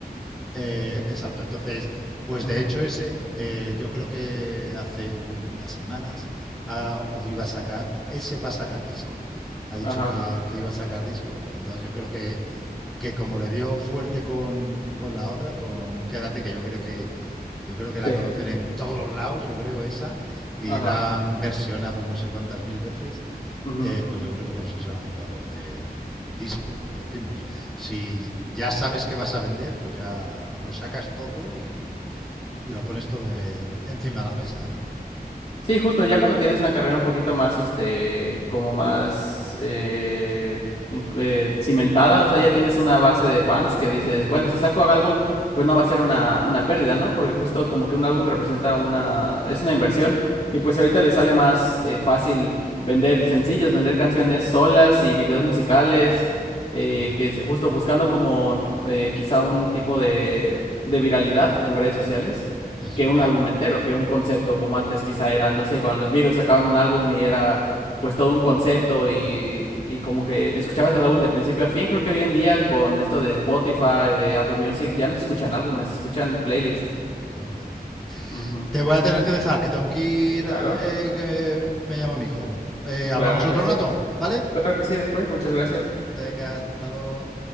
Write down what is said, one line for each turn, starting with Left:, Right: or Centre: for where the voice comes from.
Centre: Eh, exacto, entonces, pues
Left: Ajá,
Centre: de hecho ese, eh, yo creo que hace unas semanas ah, o iba a sacar, ese va a sacar disco. Ha dicho
Left: ajá.
Centre: que, que iba a sacar disco, entonces yo creo que que como le dio fuerte con, con la otra, con Quédate, que yo creo que yo creo que
Left: Sí,
Centre: la conocen en todos los lados, yo creo esa, y
Left: ajá.
Centre: la han versionado no sé cuántas mil veces,
Left: Ujú.
Centre: eh, pues yo creo que por eso se ha lanzado a hacer disco, lo que decimos. Si ya sabes que vas a vender, pues ya lo sacas todo y, y lo pones todo en- encima de la mesa, ¿no?
Left: Sí, justo, ya cuando tienes una carrera un poquito más, este, como más eh, imp- eh, cimentada, o sea, ya tienes una base de fans que dices, bueno, si saco álbum, pues no va a ser una, una pérdida, ¿no? Porque justo como que un álbum representa una, es una inversión y pues ahorita le sale más eh, fácil vender sencillos, vender canciones solas y videos musicales, eh,
Centre: Co-
Left: que es justo buscando como eh, quizá un tipo de, de viralidad en redes sociales
Centre: Eso
Left: que un
Centre: es,
Left: álbum entero, que un concepto, como antes quizá era, no sé, cuando los Beatles sacaban un álbum y era pues todo un concepto y, y como que escuchabas el álbum de principio a fin, creo que hoy en día con esto de Spotify, de Apple Music, ya no se escuchan álbumes, se escuchan playlists.
Centre: correcto.
Left: Ujú.
Centre: Te voy a tener que dejar, que tengo que ir,
Left: Claro,
Centre: eh, que me llama mi hijo. Eh, hablamos
Left: claro
Centre: otro
Left: que sí.
Centre: rato, ¿vale?
Left: Claro que sí, después, muchas gracias.
Centre: Venga, hasta luego.